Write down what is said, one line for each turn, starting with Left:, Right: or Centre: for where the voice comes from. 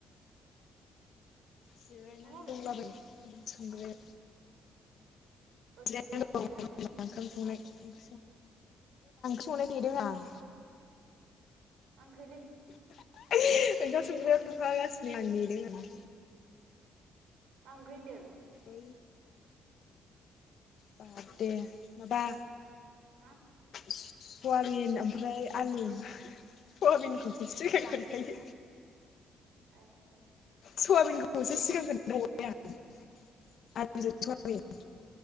Left: जिरायनानै
Right: मा मावदों
Left: दंलाबाय <inaudible>
Right: ओद
Left: <unintelligible> देनां
Right: खरा खरा
Left: ओंख्रि
Right: रायलाय मासिनो
Left: संनाय नेदों आं।
Right: मा ओंख्रि लै?
Left: <unintelligible> ओंखाम संग्रायाव थाफागासिनो आं नेदों आं।
Right: मा ओंख्रि होनदों?
Left: <unintelligible> बाद दे माबा
Right: मा
Left: सवाबिन ओमफ्राय आलु। सवाबिनखौसो सिगां खोन्थायो?
Right: ए ए।
Left: सयाबिनखौसो सिगां <unintelligible>
Right: बेदर
Left: आं <unintelligible>